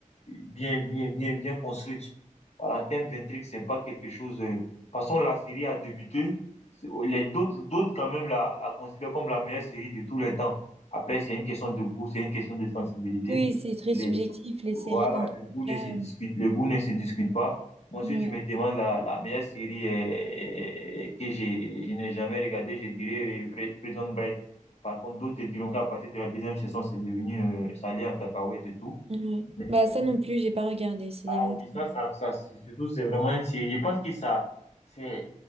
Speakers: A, on the left; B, on the right.
A: bien, bien, bien, bien construite. Voilà, en termes d'intrigue, c'est pas quelque chose, euh, de toute façon, la série a débuté. C'est- oh, Les d'autres, d'autres, quand même, la, la considèrent comme la meilleure série de tous les temps. Après, c'est une question de goût, c'est une question de sensibilité.
B: Oui, c'est très
A: Les,
B: subjectif, les
A: voilà,
B: séries, dans tous
A: le goût
B: les cas.
A: ne se discute,
B: euh,
A: le goût ne se discute pas. Bon, si
B: Oui,
A: tu me demandes la, la meilleure série euh, que j'ai, je n'ai jamais regardée, je dirais euh, Pri- Prison Break. Par contre, d'autres te diront qu'à partir de la deuxième saison, c'est devenu, euh, ça allait en cacahuète et tout.
B: oui. Bah,
A: Euh,
B: ça
A: oui,
B: non plus, j'ai pas regardé. C'est
A: Ah
B: des longues
A: oui, ça,
B: séries.
A: ça, ça, c'est- surtout, c'est vraiment, une série- je pense que ça, c'est,